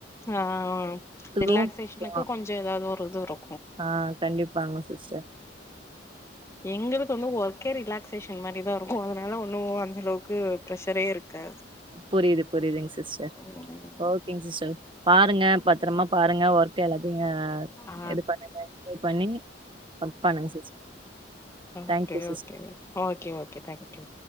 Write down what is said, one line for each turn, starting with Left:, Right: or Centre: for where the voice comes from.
Left: ஆ ரிலாக்சேஷனுக்கு
Right: ரூம்
Left: கொஞ்சோ ஏதாவது ஒரு இது வரு
Right: ஆ கண்டிப்பாங்க சிஸ்டர்
Left: எங்குளுக்கு வந்து ஒர்க்கே ரிலாக்சேஷன் மாரி தா இருக்கு அதனால ஒன்னு அந்த அளவுக்கு ப்ரெஷரே இருக்காது
Right: புரியுது புரியுதுங் சிஸ்டர்
Left: ம்
Right: ஓக்கேங் சிஸ்டர் பாருங்க பத்ரமா பாருங்க ஒர்க்க எல்லாத்தையு
Left: ஆ
Right: இது பண்ணுங்க இது பண்ணி ஒர்க் பண்ணுங்க sister
Left: okay
Right: thank you sister
Left: okay okay okay thank you